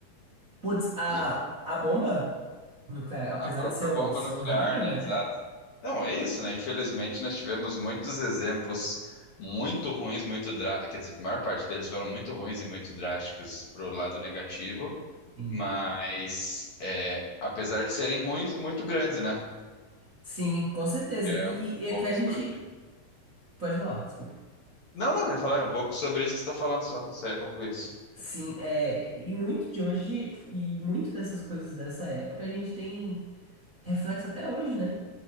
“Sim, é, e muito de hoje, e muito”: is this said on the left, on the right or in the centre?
Right